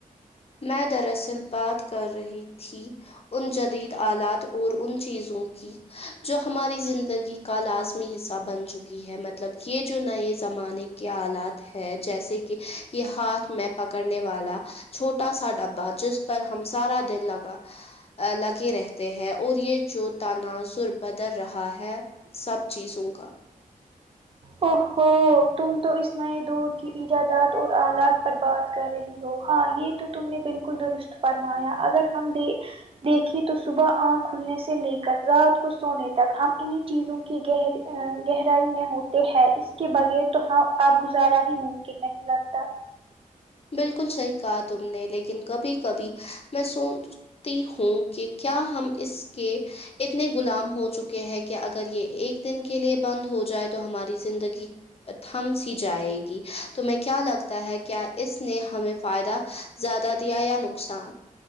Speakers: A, on the left (about 45°); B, on the right (about 40°).
A: میں دراصل بات کر رہی تھی ان جدید آلات اور ان چیزوں کی جو ہماری زندگی کا لازمی حصہ بن چکی ہے مطلب یہ جو نئے زمانے کے آلات ہے جیسے کہ یہ ہاتھ میں پکڑنے والا چھوٹا سا ڈبا جس پر ہم سارا دن لگا ا لگے رہتے ہیں اور یہ جو تناظر بدل رہا ہے سب چیزوں کا
B: او ہو تم تو اس نئے دور کی ایجادات اور آلات پر بات کر رہی ہو ہاں یہ تو تم نے بالکل درست فرمایا اگر ہم بھی دیکھیے تو صبح آنکھ کھلنے سے لے کر رات کو سونے تک ہم انہیں چیزوں کی گہر ا گہرائی میں ہو ہے اس کے بغیر تو ہ اب گزارا ہی ممکن نہیں لگتا
A: بالکل صحیح کہا تم نے لیکن کبھی کبھی میں سونچ تی ہوں کہ کیا ہم اس کے اتنے غلام ہو چکے ہیں کہ اگر یہ ایک دن کے لیے بند ہو جائے تو ہماری زندگی تھم سی جائے گی تمہیں کیا لگتا ہے کیا اس نے ہمیں فائدہ زیادہ دیا یا نقصان